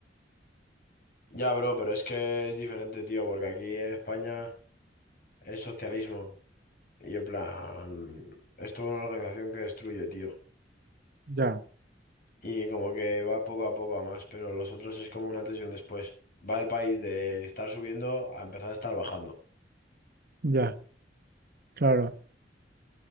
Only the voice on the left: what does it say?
Ya, bro, pero es que es diferente, tío, porque aquí en España es socialismo. Y en plan, es toda una organización que destruye, tío.
Y como que va poco a poco a más, pero los otros es como un antes y un después. Va el país de estar subiendo a empezar a estar bajando.